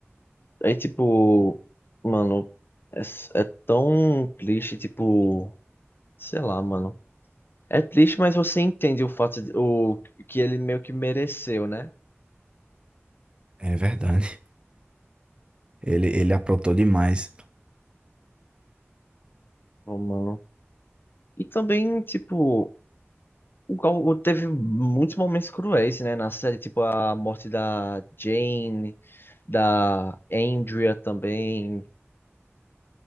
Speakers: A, on the left (about 50°); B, on the right (about 20°).
A: Aí, tipo, mano, é, s- é tão triste, tipo, sei lá, mano. É triste, mas você entende o fato de, o, que ele meio que mereceu, né?
B: É verdade. Ele, ele aprontou demais.
A: Ô, mano. E também, tipo. O Gal teve muitos momentos cruéis, né, na série, tipo a morte da Jane, da Andrea também.